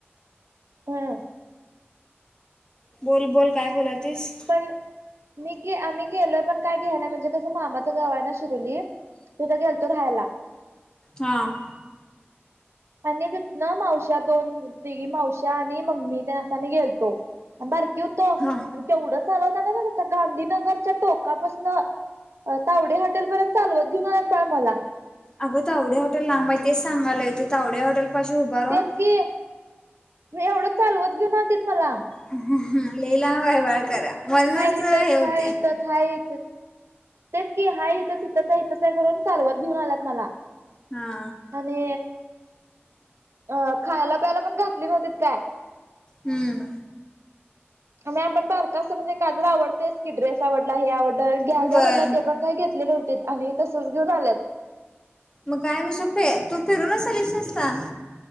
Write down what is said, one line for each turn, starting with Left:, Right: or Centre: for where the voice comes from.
Right: होय
Left: बोल बोल काय बोलातीस?
Right: पण मी आम्ही गेलोय पण काय घ्यायला म्हणजे कसं मामाचा गावाना शिरवली ततिथं गेलतो राहायला.
Left: हां.
Right: आणि तिथनं मावश्या दोन तिघी मावश्या आणि मम्मीतेन असं मी तेन गेलतो. बारकी होतं
Left: हा
Right: आणि तेवढं चालवताना गं त्या गांधी नगरच्या टोकापासनं तावडे हॉटे पर्यंत चालवत घेऊन एक बाळ मला.
Left: अगं तावडे हॉटे लांब आहे तेच सांगायले होते ते तवड्या हॉटेल पाशी उभारून
Right: तेच कि मी एवढं चालवत घेऊन तीत मला.
Left: हम्म लई वयवाळ करा वरूनच
Right: हा इथच
Left: हे
Right: आहे
Left: होते
Right: इथं छाय इथचं हा तेच की हाय इथच इथच आहे करून चालवत घेऊन आलात मला.
Left: हा
Right: आणि अ खायला पियला पण घातली नव्हतीत काय?
Left: हम्म
Right: म्ह आपण बारका असं म्हणजे कादर आवडतेयस क ड्रेस आवडला हे आवडल घ्या घ्या
Left: बय
Right: म्हणला ते पण काही घेतले नव्हतीत आणि तसच घेऊन आलेत.
Left: मग काय नुस्ता ते तू फिरूनच आलीस नुस्ता